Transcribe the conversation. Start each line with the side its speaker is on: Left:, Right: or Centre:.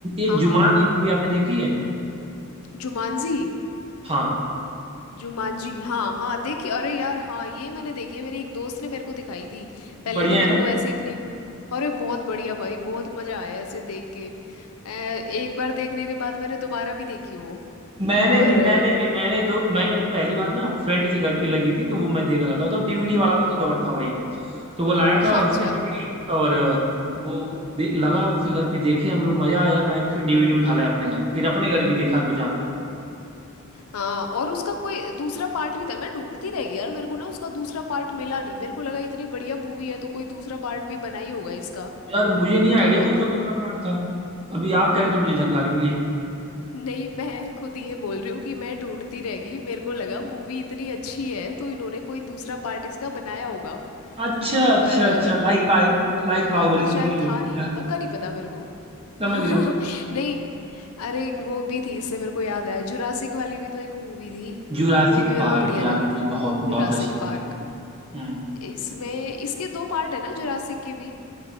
Right: एक
Left: हाँ
Right: जुमान
Left: हाँ
Right: की मूवी आपने देखी है
Left: जुमानजी
Right: हाँ
Left: जुमानजी हाँ हाँ देखी अरे यार हाँ ये मैंने देखी है मेरी एक दोस्त ने मेरे को दिखाई थी पहले
Right: बढ़िया
Left: तो मेरे
Right: है ना
Left: को ऐसे इतनी अरे बहुत बढ़िया भाई बहुत मजा आया ऐसे देख के अ, एक बार देखने के बाद मैंने दोबारा भी देखी वो
Right: मैंने
Left: और
Right: भी मैंने
Left: अ,
Right: भी मैंने दो मैंने पहली बार ना फ्रेंड के घर पे लगी थी तो वो मैं देख रहा था तब डीवीडी वाला दौर था भाई तो वो लाया
Left: <laughs>
Right: था
Left: अच्छा
Right: उसकी डीवीडी और अ, वो दे, लगा उसके घर पे देखे हम लोग मजा आया मैं फिर डीवीडी उठा लाया अपने घर फिर अपने घर भी देखा दो चार बार
Left: हाँ और उसका कोई दूसरा पार्ट भी था मैं ढूंढती रह गई यार मेरे को ना उसका दूसरा पार्ट मिला नहीं मेरे को लगा इतनी बढ़िया मूवी है तो कोई दूसरा पार्ट भी बना ही होगा इसका
Right: यार मुझे नहीं आइडिया
Left: तो
Right: कि उसका दूसरा पार्ट था अभी आप कह रहे हो तो मुझे जानकारी मिली है
Left: नहीं मैं खुद ये बोल रही हूँ कि मैं ढूंढती रह गई मेरे को लगा मूवी इतनी अच्छी है तो इन्होंने कोई दूसरा पार्ट इसका बनाया होगा
Right: अच्छा अच्छा
Left: पर अ,
Right: अच्छा like by Like
Left: हाँ
Right: Baahubali
Left: पर शायद
Right: series
Left: था
Right: हो गया
Left: नहीं पक्का नहीं पता मेरे को
Right: समझ
Left: <laughs>
Right: गया मैं
Left: नहीं अरे एक वो भी थी इससे मेरे को याद आया जुरासिक वाली भी तो एक मूवी थी
Right: जुरासिक
Left: वो भी मेरे
Right: पार्क
Left: को बढ़िया
Right: यार
Left: लगी
Right: वो भी
Left: थी
Right: बहुत बहुत
Left: जुरासिक
Right: अच्छी मूवी
Left: पार्क
Right: थी हम्म
Left: इसमें इसके दो पार्ट है ना जुरासिक के भी